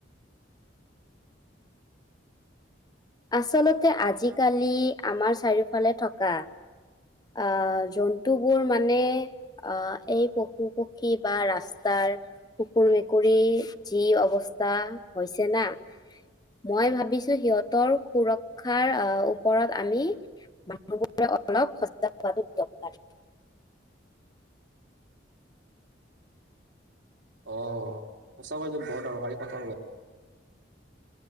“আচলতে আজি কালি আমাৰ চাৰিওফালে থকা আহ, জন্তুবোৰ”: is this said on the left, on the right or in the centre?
Left